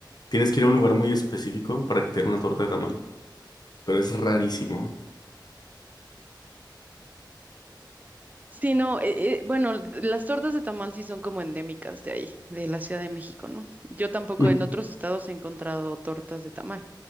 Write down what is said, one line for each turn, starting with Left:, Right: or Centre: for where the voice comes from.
Left: Tienes que ir a un lugar muy específico para que te den una torta de tamal, pero es rarísimo.
Right: Sí, no, eh, eh, bueno, las tortas de tamal sí son como endémicas de ahí, de la Ciudad de México, ¿no? Yo tampoco
Left: Mm,
Right: en otros estados he encontrado tortas de tamal.